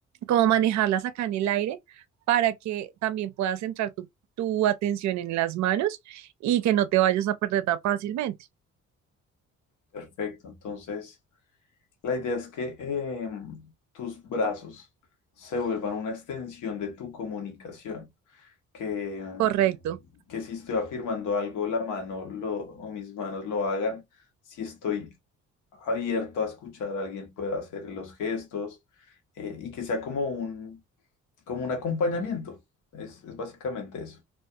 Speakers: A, on the right; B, on the left.
A: como manejarlas acá en el aire para que también puedas centrar tu, tu atención en las manos y que no te vayas a perder tan fácilmente.
B: Perfecto, entonces la idea es que eh, tus brazos se vuelvan una extensión de tu comunicación, que,
A: Correcto.
B: que si estoy afirmando algo, la mano lo, o mis manos lo hagan si estoy abierto a escuchar a alguien pueda hacer los gestos eh, y que sea como un, como un acompañamiento. Es, es básicamente eso.